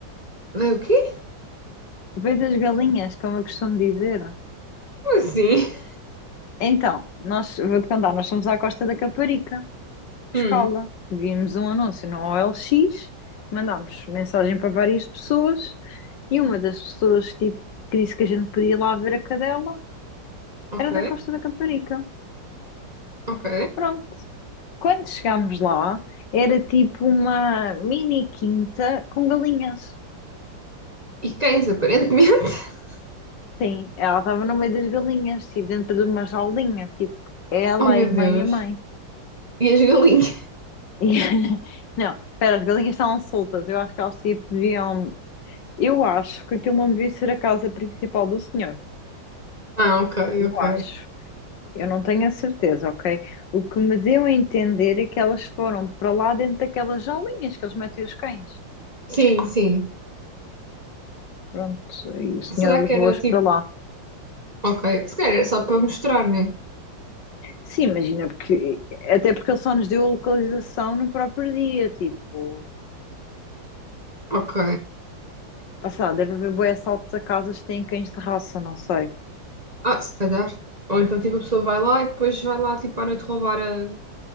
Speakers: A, on the right; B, on the left.
A: Vê o quê?
B: veio das galinhas, como eu costumo dizer.
A: Como assim?
B: Então, nós, vou-te contar, nós fomos à Costa da Caparica, pescá-la,
A: Hum,
B: vimos um anúncio no OLX, mandámos mensagem para várias pessoas, e uma das pessoas, tipo, que disse que a gente podia ir lá ver a cadela,
A: ok,
B: era da Costa da Caparica.
A: ok.
B: Pronto. Quando chegámos lá, era tipo uma mini quinta com galinhas.
A: E cães, aparentemente. <laughs>
B: Sim, ela estava no meio das galinhas, tipo dentro de uma jaulinha, tipo ela,
A: Oh, meu
B: a irmã
A: Deus.
B: e a mãe.
A: E as galinhas?
B: E- <laughs> Não, espera, as galinhas estavam soltas. Eu acho que elas tipo deviam. Eu acho que aquilo não devia ser a casa principal do senhor.
A: Ah, ok,
B: Eu
A: ok.
B: acho. Eu não tenho a certeza, ok? O que me deu a entender é que elas foram para lá dentro daquelas jaulinhas que eles metem os cães.
A: Sim, sim.
B: Pronto, e o senhor
A: Será
B: levou-as
A: que era tipo...
B: para lá.
A: Ok, se calhar era só para mostrar, né?
B: Sim, imagina, porque até porque ele só nos deu a localização no próprio dia, tipo,
A: Ok.
B: pá, sei lá, deve haver bué assaltos a casas que têm cães de raça, não sei.
A: Ah, se calhar. Ou então, tipo, a pessoa vai lá e depois vai lá, tipo, à noite roubar a-